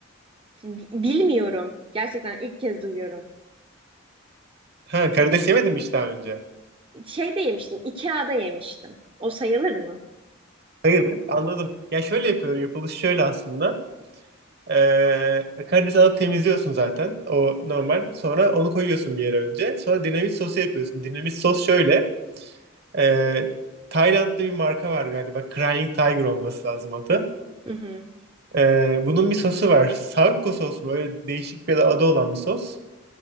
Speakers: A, on the right; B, on the right.
A: bi- bilmiyorum. Gerçekten ilk kez duyuyorum.
B: Ha, karides yemedim hiç daha önce.
A: Şeyde yemiştim. IKEA'da yemiştim. O sayılır mı?
B: Hayırdır? Anladım. Ya şöyle yapıyorum. Yapılışı şöyle aslında. Ee, karidesi alıp temizliyorsun zaten. O normal. Sonra onu koyuyorsun bir yere önce. Sonra dinamit sosu yapıyorsun. Dinamit sos şöyle. ee, Tayland'da bir marka var galiba. Crying Tiger olması lazım adı.
A: Hı hı.
B: Ee, bunun bir sosu var. Sakko sos mu? Öyle değişik bir adı olan bir sos.